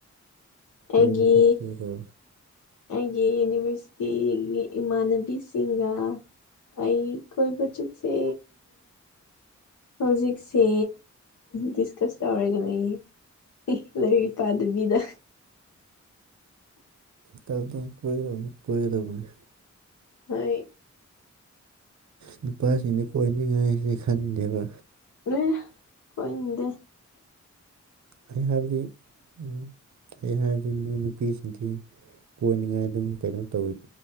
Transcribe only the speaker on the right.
ꯀꯣꯏꯕ
ꯆꯠꯇꯣꯏꯔꯣ
ꯇꯧ ꯀꯒꯗꯅꯤ ꯀꯣꯏꯒꯗꯧꯕꯅꯤ
ꯅꯨꯄꯥꯁꯤꯡꯗ ꯀꯣꯏꯅꯤꯡꯉꯥꯏꯁꯦ ꯈꯟꯗꯦꯕ
ꯑꯩꯅ ꯍꯥꯏꯕꯗꯤ ꯎ ꯑꯩ ꯍꯥꯏꯔꯗꯤ ꯅꯣꯏ ꯅꯨꯄꯤꯁꯤꯡꯁꯤ ꯀꯣꯟꯅꯤꯡꯉꯥꯏ ꯑꯗꯨꯝ ꯀꯩꯅꯣ ꯇꯧꯋꯤ